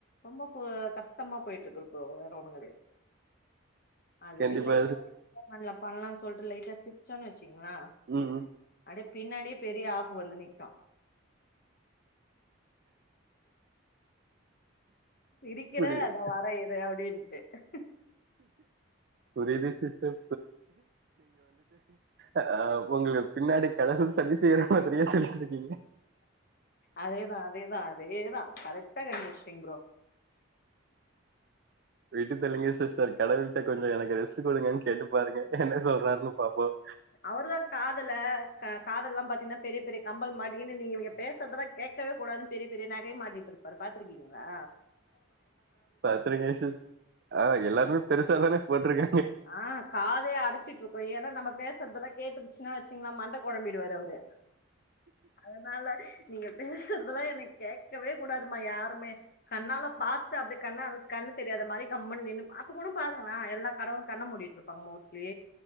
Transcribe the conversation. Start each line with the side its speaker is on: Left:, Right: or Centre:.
Left: ரொம்ப கஷ்டம்மா பொயிட்டுருக்கு ப்ரோ வேற ஒன்னும் கெடயாது அதுலில்லை
Right: கண்டிப்பா
Left: லைட்டா ஒரு <unintelligible> பண்ணலான் சொல்டு லைட்டா சிருச்சோ வச் ங்ளா
Right: ம் ம்
Left: அடிப் பின்னாடியெ பெரிய ஆப்பு வந்து நிக்கா சிரிக்கிறே
Right: புரியுது
Left: தொ வரே இரு அவ்டீன் <unintelligible>
Right: புரியுது சிஸ்டர் ஆஹ் அப்போ உங்களூக் பின்னாடி கடவுள் சதி செய்ற மாதிரியே சொல்லிட்டிருக்கீங்க
Left: அதேதா அதேதா அதேதான் கரெக்டா கண்டு புடிச்சிட்டிங்க ப்ரோ
Right: விட்டு தல்லுங்க சிஸ்டர் கடவுள்ட்ட கொஞ்சம் எனக்கு ரெஸ்ட் கொடுங்கன்னு கேட்டு பாருங்க என்ன சொல்றாருன்னு பாப்போம்
Left: அவர்தான் காதுல காதுலலாம் பாத்தீங்கன்னா பெரிய பெரிய கம்பல் மாட்டின்ன்னு நீங்க இவங்க பேசறதலாம் கேட்கவே கூடாதுனு பெரிய பெரிய நகை மாட்டிட்டு இருப்பாரு பாத்திருக்கீங்களா
Right: பாத்திருக்கே சிஸ் ஆஹ் எல்லாருமே பெருசா தானே போட்டிருக்காங்
Left: ஆஹ் காதையே அடைச்சிட் <unintelligible> ஏனா நம்ம பேசுறதுலா கேட்டுச்சுனா வச்சுங்களா மன்ட குழம்பி ரு அவுரு அதனால நீங்க பேசுறதுலாம் எனக்கு கேட்கவே கூடாதுமா யாருமே கண்ணால பார்த்து அப்படியே கண்ணு தெரியாத மாரி கம்முண்ணு நின்னு அப்ப கூட பாருங்கலே எல்லா கடவு கண்ண முடிட்டு இருப்பாங்க மோஸ்ட்லி